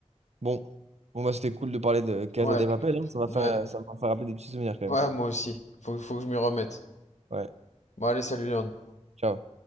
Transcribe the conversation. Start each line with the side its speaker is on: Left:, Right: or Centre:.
Right: Bon, bon bah, c'était cool de parler de Casa
Left: Ouais,
Right: de Papel, hein. Ça m'a
Left: ouais,
Right: fait, ça m'a fait rappeler des petits souvenirs quand
Left: ouais,
Right: même.
Left: moi aussi. Faut, faut que je m'y remette.
Right: Ouais.
Left: Bon, allez, salut, Léon.
Right: Ciao.